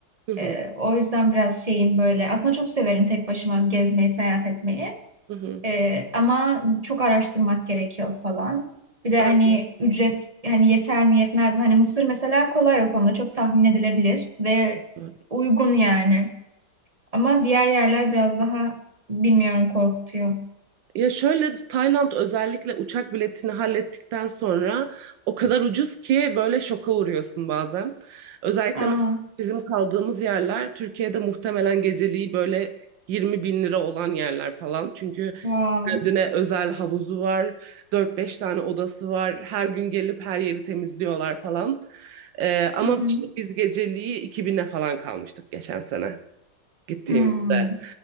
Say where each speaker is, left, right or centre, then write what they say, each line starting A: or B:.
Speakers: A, on the right; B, on the right.
A: hı hı,
B: E, o yüzden biraz şeyim böyle. Aslında çok severim tek başıma gezmeyi, seyahat etmeyi.
A: hı hı.
B: Ee, ama çok araştırmak gerekiyor falan. Bir de
A: Evet,
B: hani ücret hani yeter mi yetmez mi? Hani Mısır mesela kolay o konuda çok tahmin edilebilir ve
A: evet.
B: uygun yani. Ama diğer yerler biraz daha bilmiyorum korkutuyor.
A: Ya şöyle Tayland özellikle uçak biletini hallettikten sonra o kadar ucuz ki böyle şoka uğruyorsun bazen. Özellikle
B: Aa,
A: mesela bizim kaldığımız yerler Türkiye'de muhtemelen geceliği böyle 20 bin lira olan yerler falan. Çünkü
B: wow.
A: kendine özel havuzu var, dört beş tane odası var, her gün gelip her yeri temizliyorlar falan. Ee, ama
B: Hı hı.
A: işte biz geceliği 2000'e falan kalmıştık geçen sene gittiğimizde.
B: Hmm.